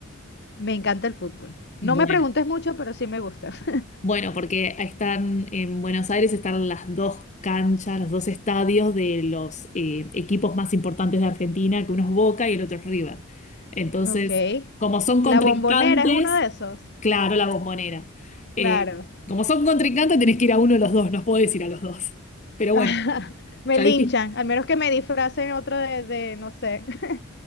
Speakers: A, on the left; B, on the left.
A: Me encanta el fútbol. No
B: Bueno.
A: me preguntes mucho, pero sí me gusta. <laughs>
B: Bueno, porque están en Buenos Aires están las dos canchas, los dos estadios de los eh, equipos más importantes de Argentina, que uno es Boca y el otro es River. Entonces,
A: Ok.
B: como son contrincantes,
A: La Bombonera es uno de esos.
B: claro, la bombonera.
A: Claro.
B: Eh, como son contrincantes, tenés que ir a uno de los dos, no podés ir a los dos. Pero
A: <laughs>
B: bueno,
A: Me
B: ya
A: linchan,
B: dijiste
A: al menos que me disfracen otro de, de, no sé, <laughs>